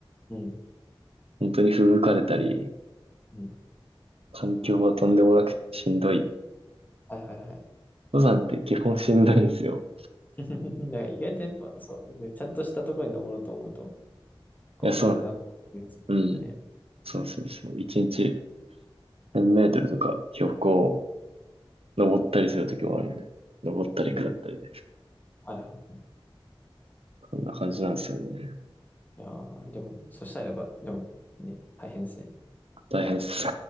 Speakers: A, on the left (about 20°); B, on the right (about 85°).
A: うん。
B: 本当に吹雪かれたり、
A: うん。
B: 環境はとんでもなくしんどい
A: はいはいはい。
B: 登山って基本しんどいんですよ。
A: <laughs> なんか意外とやっぱ、そう、ちゃんとしたところに登ろうと思うと、過酷なこと言りますね、
B: いや、そう、うん。
A: きっとね。
B: そうそうそう。一日1000メートルとか標高を登ったりするときもあるんで。登ったり下ったりで。
A: うん。はいはい。
B: こんな感じなんですよね。
A: いやーでも、そしたらやっぱ、でも、ね、大変ですね。
B: 大変っす。